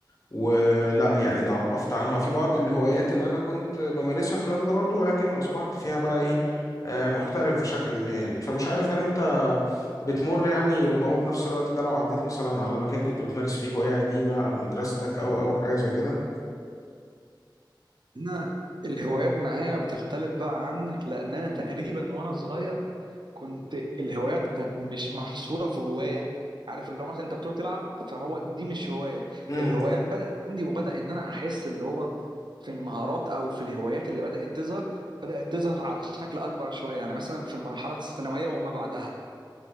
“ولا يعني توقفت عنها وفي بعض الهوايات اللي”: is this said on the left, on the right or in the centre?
Left